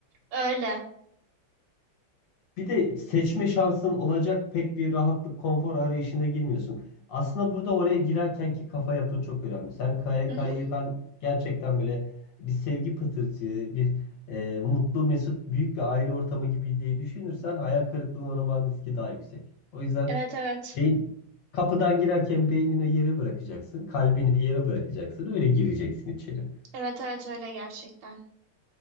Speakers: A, on the right; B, on the left.
A: Öyle.
B: Bir de seçme şansın olacak pek bir rahatlık, konfor arayışına girmiyorsun. Aslında burada oraya girerken ki kafa yapın çok önemli. Sen KYK'yı
A: Mhm.
B: ben gerçekten böyle bir sevgi pıtırcığı, bir e, mutlu, mesut, büyük bir aile ortamı gibi diye düşünürsen hayal kırıklığına uğramanın riski daha yüksek. O yüzden
A: Evet evet.
B: beyin, kapıdan girerken beynine yere bırakacaksın, kalbini bir yere bırakacaksın, öyle gireceksin içeri.
A: Evet evet öyle gerçekten.